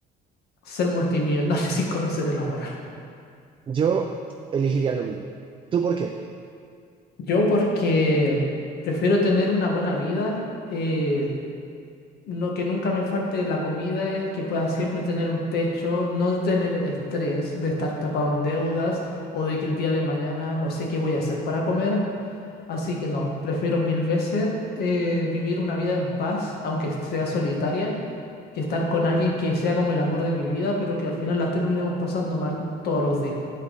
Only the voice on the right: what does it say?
Yo elegiría lo mismo. ¿Tú por qué?